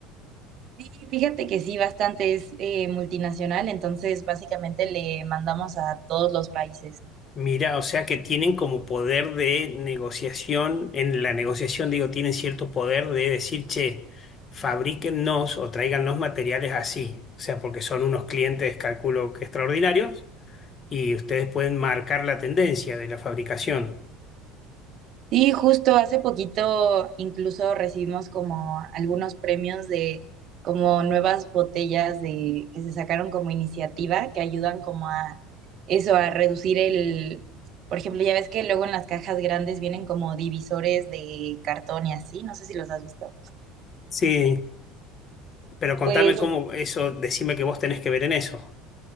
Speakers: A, on the right (about 50°); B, on the left (about 35°).
A: Sí, fíjate que sí, bastante es eh, multinacional, entonces básicamente le mandamos a todos los países.
B: Mira, o sea que tienen como poder de negociación, en la negociación digo, tienen cierto poder de decir, che, fabríquennos o tráigannos materiales así, o sea, porque son unos clientes, calculo que extraordinarios, y ustedes pueden marcar la tendencia de la fabricación.
A: Sí, justo hace poquito incluso recibimos como algunos premios de como nuevas botellas de que se sacaron como iniciativa que ayudan como a eso, a reducir el, por ejemplo, ya ves que luego en las cajas grandes vienen como divisores de cartón y así, no sé si los has visto.
B: Sí, pero contame
A: Pues,
B: cómo eso, decime que vos tenés que ver en eso.